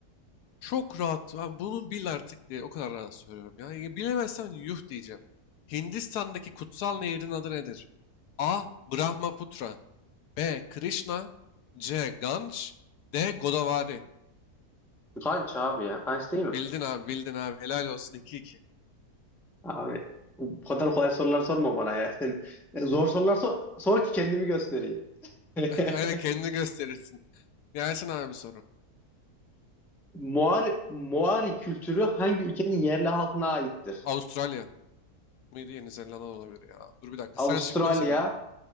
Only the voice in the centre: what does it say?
Kanç abi ya. Kanç değil mi?
Abi bu kadar kolay sorular sorma bana ya. Sen e, zor sorular sor, sor ki kendimi göstereyim. <laughs>
Moari, Moari kültürü hangi ülkenin yerli halkına aittir?
Avustralya,